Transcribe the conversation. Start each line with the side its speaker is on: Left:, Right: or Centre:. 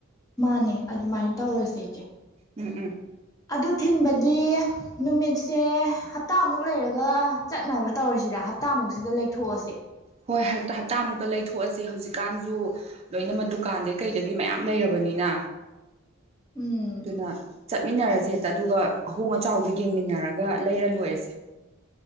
Left: ꯃꯥꯅꯦ ꯑꯗꯨꯃꯥꯏꯅ ꯇꯧꯔꯁꯦ ꯏꯆꯦ
Right: ꯎꯝ ꯎꯝ
Left: ꯑꯗꯨ ꯊꯤꯟꯕꯗꯤ ꯅꯨꯃꯤꯠꯁꯦ ꯍꯞꯇꯥꯃꯨꯛ ꯂꯩꯔꯒ ꯆꯠꯅꯕ ꯇꯧꯔꯁꯤꯔ ꯍꯞꯇꯥꯃꯨꯛꯁꯤꯗ ꯂꯩꯊꯣꯛꯑꯁꯦ
Right: ꯍꯣꯏ ꯍꯟꯗꯛ ꯍꯞ ꯇꯥꯃꯨꯛꯇ ꯂꯩꯊꯣꯛꯑꯁꯦ ꯍꯧꯖꯤꯛ ꯍꯧꯖꯤꯀꯥꯟꯁꯨ ꯂꯣꯏꯅꯃꯛ ꯗꯨꯀꯥꯟꯗꯩ ꯀꯩꯗꯒꯤ ꯃꯌꯥꯝ ꯂꯩꯔꯕꯅꯤꯅ
Left: ꯎꯝ
Right: ꯑꯗꯨꯅ ꯆꯠꯃꯤꯟꯅꯔꯁꯦ ꯍꯦꯛꯇ ꯑꯗꯨꯒ ꯑꯍꯣꯡ ꯑꯆꯥꯎꯗꯣ ꯌꯦꯡꯃꯤꯟꯅꯔꯒ ꯂꯩꯔ ꯂꯣꯏꯔꯦꯁꯦ